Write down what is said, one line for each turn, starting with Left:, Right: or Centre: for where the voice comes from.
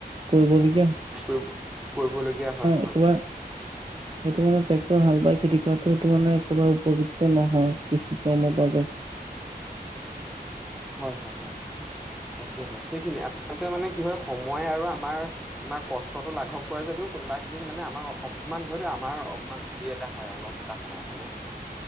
Right: কৰিবলীয়া
Centre: কৰিব। কৰিবলগীয়া হয় হয়।
Right: একেবাৰে সেইটো মানে ট্ৰেক্টৰ হাল বাই খেতি কৰাতটো সেইটো মানে একেবাৰে উপযুক্ত নহয় কৃষি কৰ্মৰ বাবে
Centre: হয় হয় হয় তাকেহে সেইখিনি আচলতে মানে কি হয়, সময় আৰু আম তোমাৰ, তোমাৰ কষ্টটো লাঘৱ কৰে যদিও কোনোবা খিনিত মানে আমাক অকমান যদিও আমাৰ অকমান হেৰি এটা হয়, আৰু লছ এটা হয় আৰু হয়নে?